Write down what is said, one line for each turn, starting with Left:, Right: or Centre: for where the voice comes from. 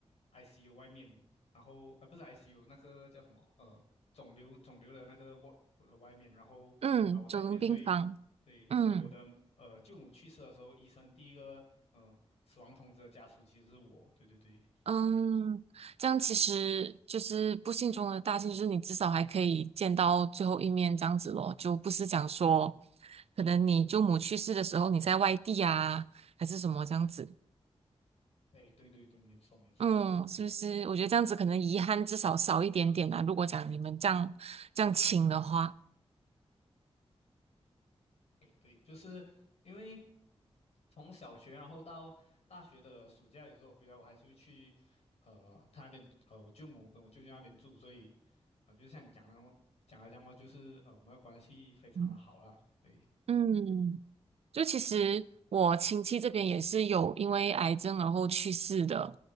Left: ICU 外面，然后呃不是 ICU 那个叫什么呃肿瘤肿瘤的那个 w a 的外面，然后啊我在里面，
Right: 嗯，走进病房，
Left: 睡，对，所以我的呃舅母去世的时候，
Right: 嗯
Left: 医生第一个呃死亡通知的家属其实是我，对对对，
Right: 嗯，这样其实就是不幸中的大幸，就是你至少还可以见到最后一面，这样子咯，就不是讲说，可能你舅母去世的时候你在外地啊，还是什么这样子，
Left: 哎对对对，没有错没有错，
Right: 嗯，是不是？我觉得这样子可能遗憾至少少一点点啊，如果讲你们这样这样亲的话，
Left: 对对，就是因为。从小学然后到大学的暑假，有时候回来我还是会去，呃，他那边呃，我舅母跟我舅舅那边住，所以，呃，就像你讲的那么讲来讲过，就是呃，我们的关系非常的好啦。
Right: 嗯。
Left: 对，
Right: 嗯就其实我亲戚这边也是有因为癌症然后去世的，